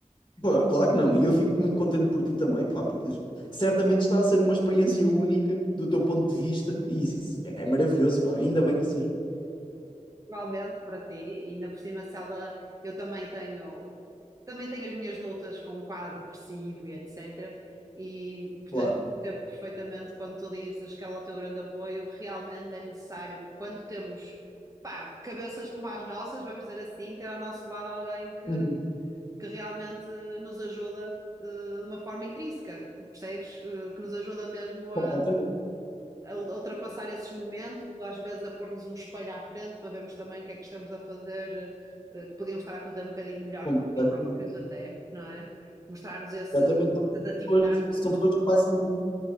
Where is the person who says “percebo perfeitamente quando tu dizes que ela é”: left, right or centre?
Right